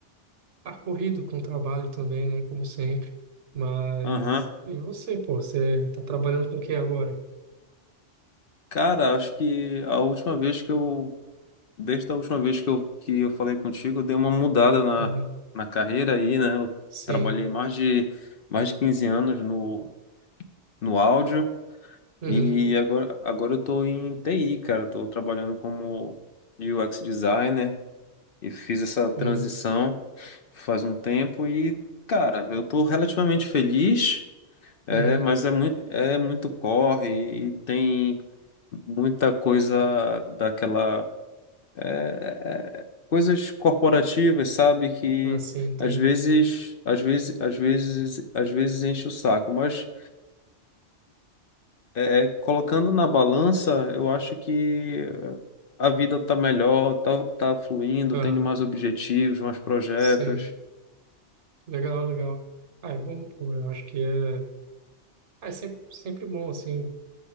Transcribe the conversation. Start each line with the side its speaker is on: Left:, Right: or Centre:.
Right: Tá corrido com o trabalho também, né? Como sempre. Mas.
Left: Aham.
Right: E você, pô? Você tá trabalhando com o que agora?
Left: Cara, acho que a última vez que eu, desde a última vez que eu, que eu falei contigo, eu dei uma mudada na,
Right: Uhum.
Left: na carreira aí, né? Eu
Right: Sim.
Left: trabalhei mais de, mais de 15 anos no, no áudio
Right: Uhum.
Left: e agora, agora eu tô em TI, cara. Eu tô trabalhando como UX designer e fiz essa transição
Right: Uhum.
Left: faz um tempo e, cara, eu tô relativamente feliz, é,
Right: Uhum.
Left: mas é, mui- é muito corre e tem muita coisa daquela, é, é, é, coisas corporativas, sabe, que
Right: Ah, sim, entendo.
Left: às vezes, às vezes, às vezes, às vezes enche o saco, mas é, é, colocando na balança, eu acho que a vida tá melhor, tá, tá fluindo,
Right: Aham.
Left: tenho mais objetivos, mais projetos.
Right: Sim. Legal, legal. Ah, é bom, pô. Eu acho que é. Ah, é sempre, sempre bom, assim,